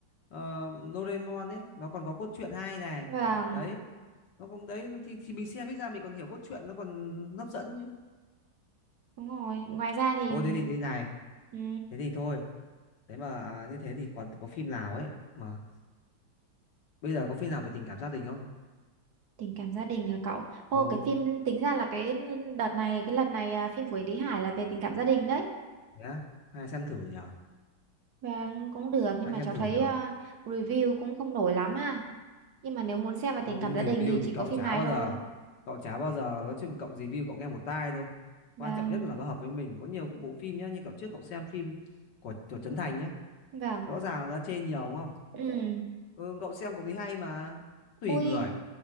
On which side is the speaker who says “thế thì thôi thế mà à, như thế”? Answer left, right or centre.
Left